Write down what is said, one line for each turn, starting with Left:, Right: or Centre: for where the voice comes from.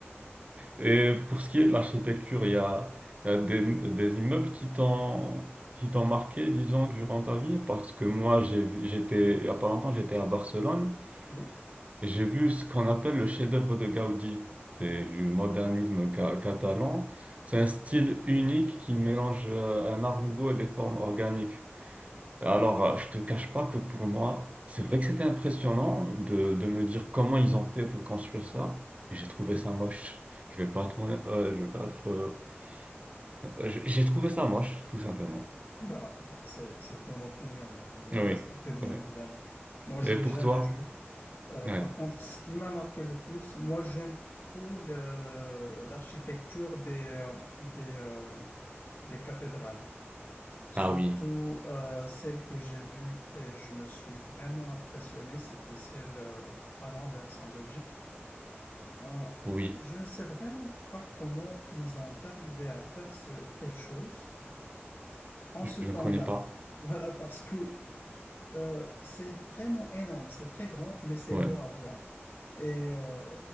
Right: Et pour ce qui est de l'architecture, il y a, il y a des, des immeubles qui t'ont qui t'ont marqué, disons, durant ta vie, parce que moi, j'ai, vu- j'étais, il y a pas longtemps, j'étais à Barcelone,
Left: Oui,
Right: et j'ai vu ce qu'on appelle le chef-d'œuvre de Gaudi. C'est du modernisme ca- catalan. C'est un style unique qui mélange euh, un art nouveau et des formes organiques. Alors, euh, je te cache pas que pour moi, c'est vrai que c'était impressionnant de, de me dire comment ils ont fait pour construire ça, mais j'ai trouvé
Left: oui.
Right: ça moche. Je vais pas être, honnête- euh, je vais pas être, euh, euh, j'ai j'ai trouvé ça moche, tout simplement.
Left: Ben, ben, c'est, c'est ton opinion, donc on doit
Right: Oui,
Left: la respecter bien
Right: ouais.
Left: évidemment. Moi, je
Right: Et
Left: l'ai
Right: pour
Left: jamais
Right: toi?
Left: vu. Euh,
Right: Ouais.
Left: par contre, ce qui m'a marqué le plus, moi, j'aime trop le- l'architecture des, euh, des, euh, des cathédrales. Surtout
Right: Ah oui,
Left: euh, celle que j'ai vue et je me suis vraiment impressionné, c'était celle euh, à l'Anvers en Belgique. Ben,
Right: oui,
Left: je ne sais vraiment pas comment ils ont arrivé à faire ce, telle chose. en ce temps-là.
Right: je ne connais pas.
Left: Voilà, parce que euh, c'est vraiment énorme, c'est très grand, mais c'est
Right: Ouais.
Left: beau à voir. Et euh,